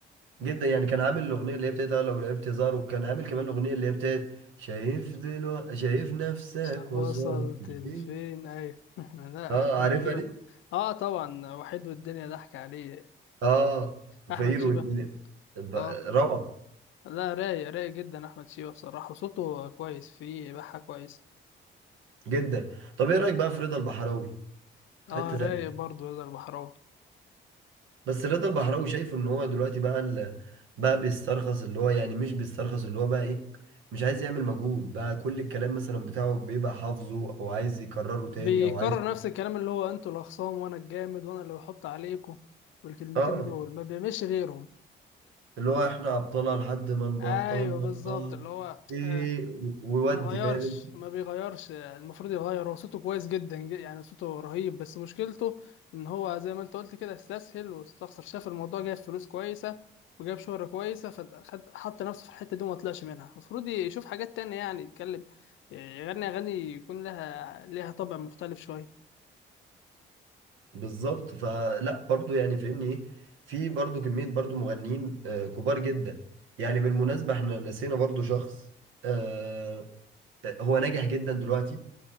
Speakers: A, on the right; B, on the left.
A: جدا يعني كان عامل الاغنيه اللي هي بتاعت آه، لو لعبت زار وكان عامل كمان الاغنيه اللي هي بتاعت شايف دلوقتي شايف نفسك
B: صاحب
A: وصلت
B: وصلت
A: لفين
B: لفين ايوه <laughs> لا
A: اه
B: احمد
A: عارفها
B: شيبة
A: دي
B: اه طبعا وحيد والدنيا ضحك عليه
A: اه
B: احمد
A: فقير
B: شيبة
A: والدنيا طب
B: اه
A: روعه
B: لا رايق رايق جدا احمد شيبة بصراحة صوته كويس فيه بحة كويس
A: جدا طب ايه رايك بقى في رضا البحراوي في
B: اه
A: حته
B: رايق
A: تانية
B: برضه يقدر البحراوي
A: بس رضا البحراوي شايفه ان هو دلوقتي بقى ال... بقى بيسترخص اللي هو يعني مش بيسترخص اللي هو بقى ايه مش عايز يعمل مجهود بقى كل الكلام مثلا بتاعه بيبقى حافظه او عايز يكرره تاني
B: بيكرر
A: او عايز
B: نفس الكلام اللي هو انتوا الاخصام وانا الجامد وانا اللي بحط عليكم والكلمتين
A: اه
B: دول ما بيعملش غيرهم
A: اللي هو احنا ابطالها لحد ما نبطل
B: ايوه
A: بطل
B: بالظبط اللي هو
A: ايه
B: آه
A: و- ويودي
B: ما غيرش
A: فاهم انت
B: ما بيغيرش آه، المفروض يغير هو صوته كويس جدا ج- يعني صوته رهيب بس مشكلته ان هو زي ما انت قلت كده استسهل واستخسر شاف الموضوع جايب فلوس كويسه وجاب شهرة كويسه فخد حط نفسه في الحته دي وما طلعش منها المفروض يشوف حاجات تانية يعني يتكلم آه، يغني اغاني يكون لها لها طابع مختلف شويه
A: بالظبط فلا برضو يعني فاهمني ايه في برضو كمية برضو مغنيين آه، كبار جدا يعني بالمناسبة احنا نسينا برضو شخص آه، هو ناجح جدا دلوقتي